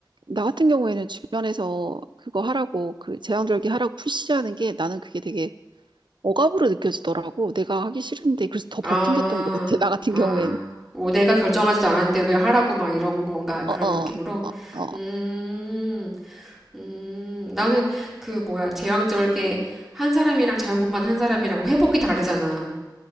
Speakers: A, on the right (about 85°); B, in the centre.
A: 나 같은 경우에는 주변에서 그거 하라고, 그 제왕절개 하라고 푸시하는 게 나는 그게 되게 억압으로 느껴지더라고. 내가 하기 싫은데 그래서 더
B: 아
A: 버팅겼던 것 같아, 나 같은
B: 아
A: 경우엔.
B: 뭐 내가 결정하지도 않았는데 왜 하라고 막 이런 건가
A: 어,
B: 그런
A: 어,
B: 느낌으로
A: 어, 어.
B: 음 음 나는 그 뭐야 제왕절개 한 사람이랑 자연분만 한 사람이랑 회복이 다르잖아